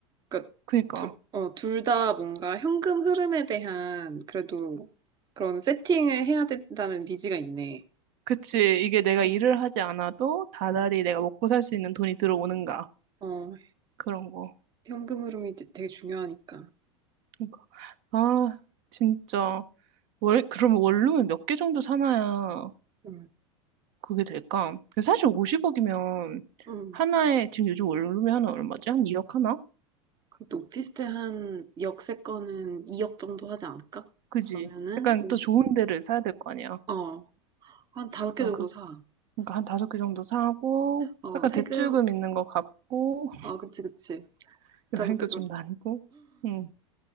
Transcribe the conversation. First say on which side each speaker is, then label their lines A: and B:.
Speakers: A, on the right; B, on the right.
A: 그러니까
B: 그니까.
A: 둘, 어, 둘 다 뭔가 현금 흐름에 대한 그래도 그런 세팅을 해야 된다는 니즈가 있네.
B: 그치. 이게 내가
A: 어,
B: 일을 하지 않아도 다달이
A: 음.
B: 내가 먹고 살 수 있는 돈이 들어오는가.
A: 어,
B: 그런 거.
A: 현금 흐름이 되- 되게 중요하니까.
B: 그러니까. 아, 진짜. 월, 그러면 원룸을 몇 개 정도 사나야
A: 음.
B: 그게 될까? 근데 사실 50억이면
A: 음.
B: 하나에 지금 요즘 원룸이 하나 얼마지? 한 2억 하나?
A: 그래도 오피스텔 한 역세권은 2억 정도 하지 않을까?
B: 그지?
A: 그러면은
B: 약간
A: 50,
B: 또 좋은 데를 사야 될 거 아니야.
A: 어, 한 다섯
B: 그냥
A: 개 정도
B: 그,
A: 사.
B: 그러니까 한 다섯 개 정도 사고
A: 어,
B: 약간
A: 세금,
B: 대출금 있는 거 갚고
A: 어, 그치, 그치.
B: <laughs> 여행도
A: 다섯 개 정도.
B: 좀 다니고. 음.